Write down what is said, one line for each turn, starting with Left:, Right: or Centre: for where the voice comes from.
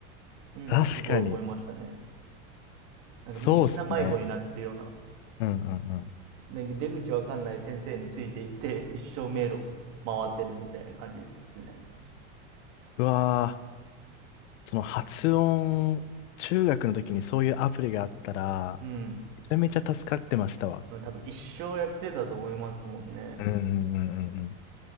Right: いうのをすごい思いましたね。
Left: 確かに。
Right: なんかみんな迷子になってるような、
Left: そうっすね。うんうんうん。
Right: なんか出口わかんない先生についていって、一生迷路回ってるみたいな感じですね。
Left: うわー、その発音、中学の時にそういうアプリがあったら、
Right: うん。
Left: めちゃめちゃ助かってましたわ。
Right: 多分一生やってたと思いますもんね。
Left: うんうんうんうんうん。